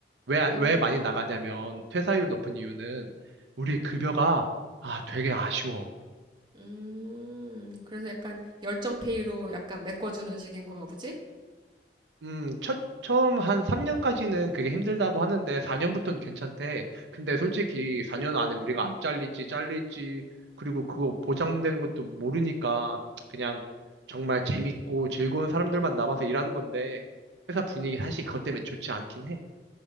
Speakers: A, on the right (about 80°); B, on the right (about 25°).
A: 왜, 안-
B: 음,
A: 왜 많이 나가냐면, 퇴사율 높은 이유는 우리 급여가, 아, 되게 아쉬워.
B: 음, 그래서 약간 열정 페이로 약간 메꿔주는 식인 건가 보지?
A: 음, 첫, 처음 한 3년까지는 그게 힘들다고 하는데, 4년부터는 괜찮대. 근데 솔직히 4년 안에 우리가 안 잘릴지, 잘릴지, 그리고 그거 보장되는 것도 모르니까, 그냥 정말 재밌고 즐거운 사람들만 남아서 일하는 건데, 회사 분위기 사실 그것 때문에 좋지 않긴 해.